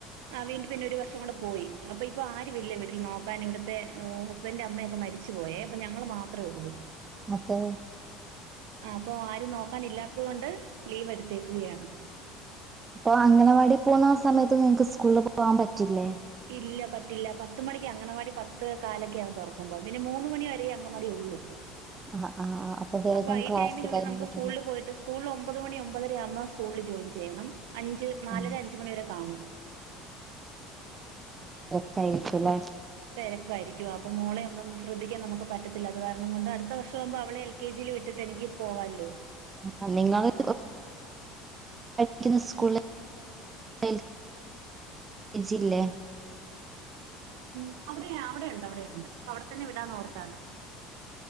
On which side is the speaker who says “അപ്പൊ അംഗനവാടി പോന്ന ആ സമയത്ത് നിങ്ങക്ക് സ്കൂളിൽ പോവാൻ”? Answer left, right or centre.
Right